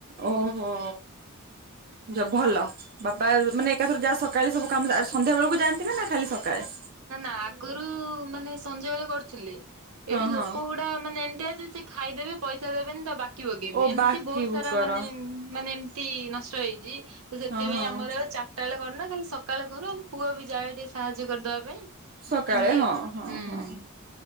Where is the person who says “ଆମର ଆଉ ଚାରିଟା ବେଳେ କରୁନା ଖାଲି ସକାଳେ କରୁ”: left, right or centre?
Right